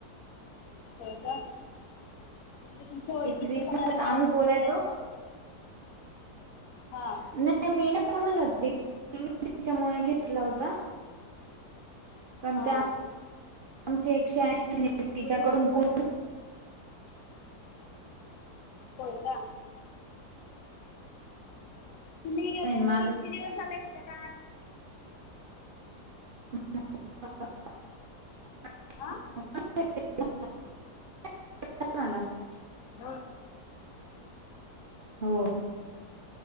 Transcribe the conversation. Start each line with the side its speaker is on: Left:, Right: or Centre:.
Left: होय काय? म्हणजे तुमच्या ओळखीचं
Right: तिने दिला
Left: कोणाला
Right: होता.
Left: काय
Right: आम्ही
Left: असं
Right: बोलायचो
Left: दिलायसा. हा.
Right: नाही मी नाही कोणाला <unintelligible> त्याच्यामुळे घेतला होता. पण
Left: हा
Right: त्या आमचे एकशे ऐशी मिनिटं तिच्याकडून पु
Left: होय का? तुम्हीआता
Right: आहे माझं
Left: तरी किती दिवस झाले ह्याच्यात आहात.
Right: <unintelligible>
Left: आ.
Right: <unintelligible>
Left: होय.
Right: हो.